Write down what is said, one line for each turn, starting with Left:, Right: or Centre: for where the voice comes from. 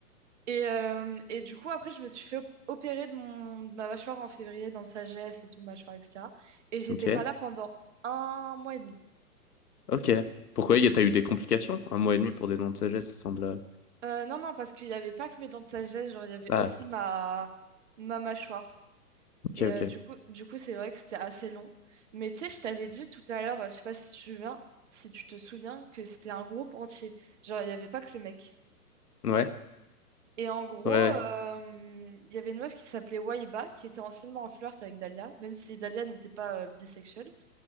Right: Et, euh, et du coup, après, je me suis fait op- opérer de, mon, de ma mâchoire en février, dans le sagesse et tout, mâchoire, etc. Et j'étais
Left: Ok.
Right: pas là pendant un mois et demi.
Left: Ok. Pourquoi y a- t'as eu des complications? Un mois et demi pour des noms de sagesse, ça semble. euh,
Right: Euh, non, non, parce qu'il y avait pas que mes dents de sagesse, genre, il y avait
Left: Ah
Right: aussi ma, ma mâchoire.
Left: ok
Right: Et
Left: ok.
Right: euh, du coup, du coup, c'est vrai que c'était assez long. Mais tu sais, je t'avais dit tout à l'heure, euh, je sais pas si tu viens, si tu te souviens, que c'était un groupe entier. Genre, il n'y avait pas que le mec.
Left: Ouais.
Right: Et en gros,
Left: Ouais.
Right: euh, il y avait une meuf qui s'appelait Waiba, qui était anciennement en flirt avec Dahlia, même si Dahlia n'était pas euh, bisexuelle.